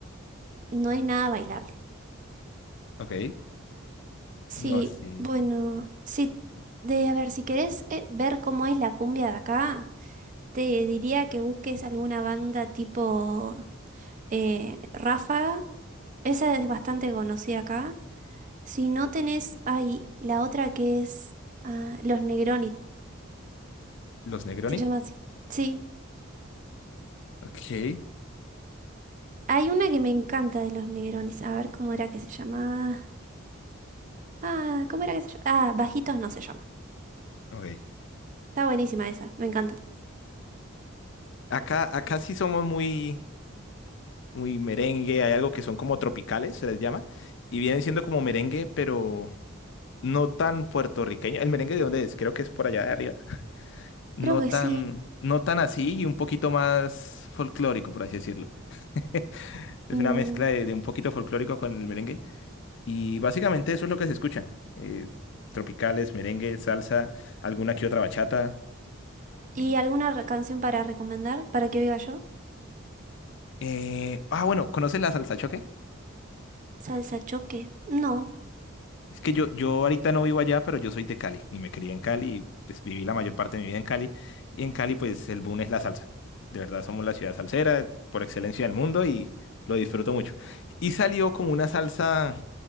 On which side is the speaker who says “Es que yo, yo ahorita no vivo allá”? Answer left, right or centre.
Left